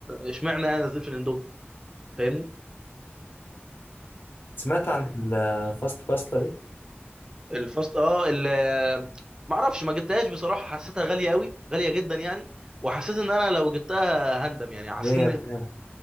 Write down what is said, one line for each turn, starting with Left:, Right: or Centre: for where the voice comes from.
Right: اشمعنى يعني نزيل في الاندومي فاهمني
Left: سمعت عن الفاست باستا دي؟
Right: الفاست اه ال معرفش ما جبتهاش بصراحه حسيتها غاليه قوي غاليه جدا يعني وحسيت ان انا لو جبتها هندم يعني حسيت
Left: دي هي
Right: ان
Left: بكام؟